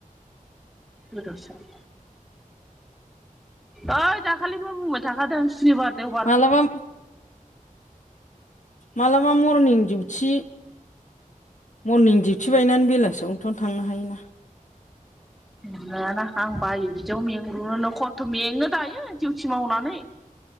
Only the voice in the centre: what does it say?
गोदाव सोराव ओइ दाखालि बो बुंबाय थाखादों सुनिबार देवबार
नायाना आं बायो बिदियाव मेंग्रुोनो खस्थ' मेङो दायो डिउथि मावनानै।